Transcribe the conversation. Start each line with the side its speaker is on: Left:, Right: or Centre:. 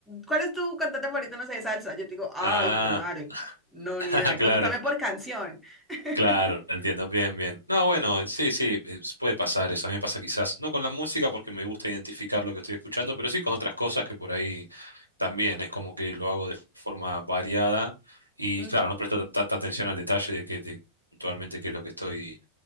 Centre: ¿cuál es tu cantante favorito, no sé, de salsa? Yo te digo, ay,
Right: Ah,
Centre: hijo de madre, no,
Right: <laughs>
Centre: ni idea,
Right: claro.
Centre: pregúntame por canción. <laughs>
Right: Claro, entiendo bien, bien. No, bueno, sí, sí, es- puede pasar eso. A mí me pasa quizás, no con la música porque me gusta identificar lo que estoy escuchando, pero sí con otras cosas que por ahí también es como que lo hago de forma variada y
Centre: Ujú,
Right: claro, no presto tanta atención al detalle de que de- puntualmente qué es lo que estoy,